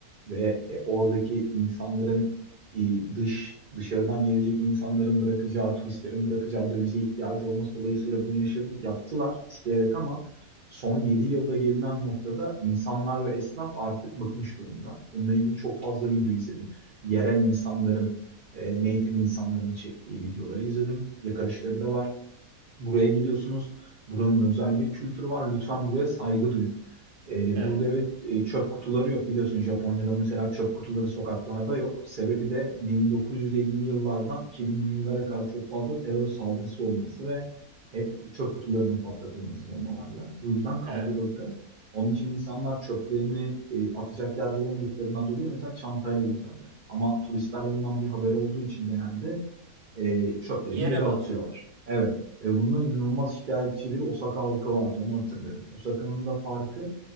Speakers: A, on the right; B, on the right.
A: ve e, oradaki insanların e, dış dışarıdan gelecek insanların bırakacağı, turistlerin bırakacağı dövize ihtiyacı olması dolayısıyla bunu yaşadı, yaptılar isteyerek ama son 7 yılda gelinen noktada insanlar ve esnaf artık bıkmış durumda. Bununla ilgili çok fazla video izledim. Yerel insanların e, native insanların çektiği videoları izledim. Yakarışları da var. Buraya geliyorsunuz. Buranın özel bir kültürü var. Lütfen buraya saygı duyun. Ee,
B: Evet,
A: burada evet e, çöp kutuları yok biliyorsun Japonya'da mesela çöp kutuları sokaklarda yok. Sebebi de 1950'li yıllardan 2000'li yıllara kadar çok fazla terör saldırısı olması ve hep çöp kutularının patlatılması bombalarla. Bu yüzden kaldırıldı.
B: evet.
A: Onun için insanlar çöplerini e, atacak yer bulamadıklarından dolayı mesela çantayla gezerler. Ama turistler bundan bir haber olduğu için genelde e, çöplerini
B: Yere
A: yere
B: mi
A: atıyorlar.
B: atıyorlar?
A: Evet. Ve bundan inanılmaz şikayetçi bir Osaka halkı vardı. Onu hatırlıyorum. Osaka'nın da farkı